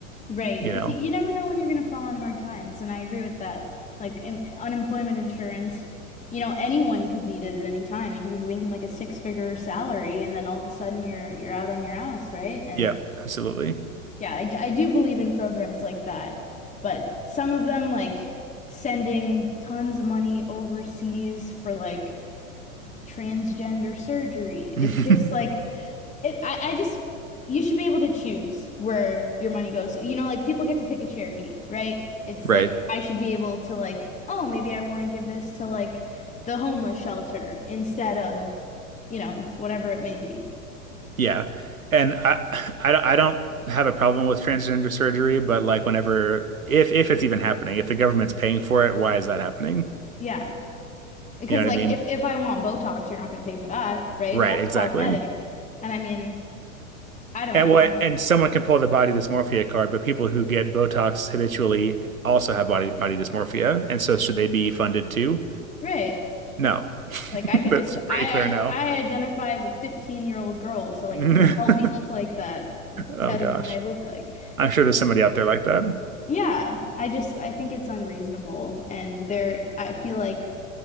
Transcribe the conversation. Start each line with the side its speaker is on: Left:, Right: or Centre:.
Left: Right.
Right: you
Left: Because
Right: know?
Left: you, you never know when you're going to fall on hard times. And I agree with that. Like in, unemployment insurance, you know, anyone could need it at any time. You could be making like a six-figure salary and then all of a sudden you're you're out on your ass, right? And
Right: Yeah, absolutely.
Left: yeah, I, d- I do believe in programs like that. But some of them like sending tons of money overseas for like transgender surgery.
Right: <laughs>
Left: It's just like It, I, I just, you should be able to choose where your money goes. You know, like people get to pick a charity, right? It's
Right: Right.
Left: like I should be able to like, oh, maybe I want to give this to like the homeless shelter instead of, you know, whatever it may be.
Right: Yeah. And I, I don't I don't have a problem with transgender surgery, but like whenever if if it's even happening, if the government's paying for it, why is that happening?
Left: Yeah. Because
Right: You know what
Left: like
Right: I mean?
Left: if, if I want Botox, you're not going to pay for that, right?
Right: Right,
Left: That's
Right: exactly.
Left: cosmetic. And I mean, I don't
Right: And
Left: know.
Right: what and someone can pull the body dysmorphia card, but people who get Botox habitually also have body body dysmorphia. And so should they be funded too?
Left: Right.
Right: No. <laughs>
Left: Like I could
Right: That's
Left: just I
Right: pretty clear no.
Left: I, I identify as a 15 year old girl, so like
Right: <laughs>
Left: please help me look like that instead
Right: Oh gosh.
Left: of what I look like.
Right: I'm sure there's somebody out there like that.
Left: Yeah, I just I think it's unreasonable, and there I feel like